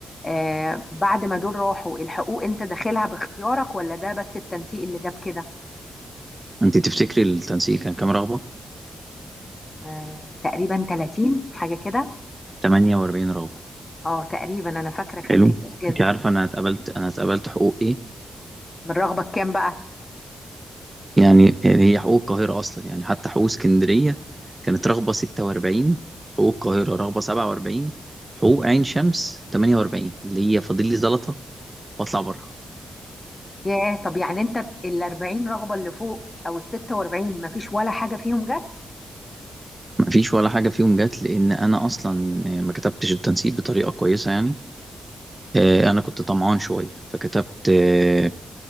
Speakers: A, on the left; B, on the right.
A: آه بعد ما دول راحوا الحقوق انت داخلها باختيارك ولا ده بس التنسيق اللي جاب كده
B: انت تفتكري التنسيق كان كام رغبة
A: آه تقريبا 30 حاجة كده
B: 48 رغبة
A: اه تقريبا انا فاكرة كان
B: حلو
A: كتير جدا
B: انت عارفة انا اتقبلت انا اتقبلت حقوق ايه
A: من رغبة كام بقى
B: يعني هي حقوق القاهرة أصلا يعني حتى حقوق اسكندرية كانت رغبة 46 حقوق القاهرة رغبة 47 حقوق عين شمس 48 اللي هي فاضل لي زلطة وأطلع بره
A: ياه طب يعني انت ال 40 رغبة اللي فوق او ال 46 مفيش ولا حاجة فيهم جت
B: مفيش ولا حاجة فيهم جت لأن أنا أصلا ما كتبتش التنسيق بطريقة كويسة يعني آه، أنا كنت طمعان شوية فكتبت آه،